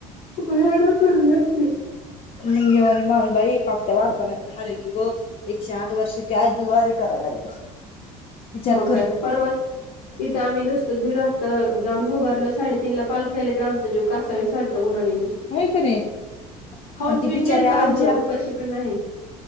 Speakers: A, on the left; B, on the left.
A: भयानक गर्दी असते
B: नि ग नि म बाई पाप्ट्या वारकऱ्यांचा हाल हे की गो एकशे आठ वर्षाची आजी वारी करायला लागली विचार
A: मग
B: कर
A: काय परवाच इथं आम्ही नुस दीड वाजता जाऊन होभारलं साडेतीन ला पालख्या आले तर आमचा जीव कासावी चालं उन्हानी
B: होय की नाही
A: खाऊन
B: आणि ती
A: पिऊन
B: बिचारी
A: गेल तर
B: आज्या
A: अजून उपाशी पण नाही